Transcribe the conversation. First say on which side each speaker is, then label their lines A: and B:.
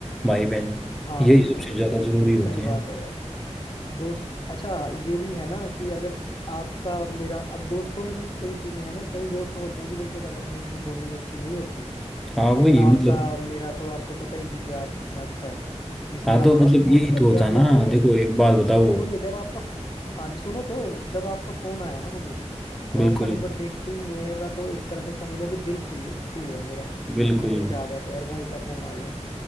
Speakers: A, in the centre; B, on the left.
A: भाई बहन
B: हाँ
A: यही
B: बिल्कुल
A: सबसे
B: बिल्कुल
A: ज्यादा
B: बिल्कुल
A: जरूरी होती
B: सही
A: है
B: बात है यार दोस्त अच्छा ये भी है ना कि अगर आपका और मेरा अब दोस्तों में भी कई चीजें हैं ना कई दोस्त होते हैं कि जिनके साथ अपनी इतनी बॉन्डिंग अच्छी नहीं होती
A: हाँ
B: लेकिन
A: वही
B: आपका
A: मतलब
B: और मेरा तो आपको पता ही कि प्यार कितना अच्छा है इसलिए
A: हाँ
B: आपने
A: तो मतलब
B: मुझे फोन
A: यही
B: कर
A: तो
B: लिया
A: होता
B: और
A: है ना
B: मेरे को
A: देखो एक बात बताओ
B: मेरे को वही है जब आपका हाँ सुनो तो जब आपका फोन आया ना मुझे तो
A: बिल्कुल
B: आपका नंबर देखते ही मेरा तो एक तरह से समझ लो कि दिल खिल खिल गया मेरा तो
A: बिल्कुल
B: मैं कहा क्या बात है यार भाई का फोन आ गया